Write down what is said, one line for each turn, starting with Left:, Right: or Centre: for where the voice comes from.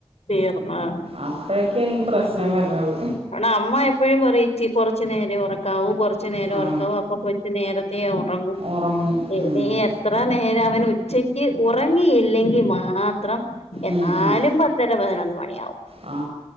Left: തീർന്ന്
Right: അപ്പോഴൊക്കെയാണീ
Left: ഉം
Right: പ്രശ്നം വരണത്.
Left: അമ്മ എപ്പോഴും പറയും ഇച്ചി കൊറച്ച് നേരേ ഒറക്കാവൂ കൊ റച്ച് നേരേ
Right: ആ
Left: ഒറക്കാവു അപ്പോ കൊച്ച് നേരത്തേ ഒറ ങും
Right: ഉറങ്ങും
Left: ഇനി
Right: ഉം.
Left: എത്ര നേരം അവന് ഉ ഉച്ചക്ക് ഉറങ്ങിയില്ലെങ്കിൽ മാത്രം എന്നാലും
Right: ഉം, ഉം.
Left: പത് പത്തര പതിനൊന്ന് മണിയാവും.
Right: ആ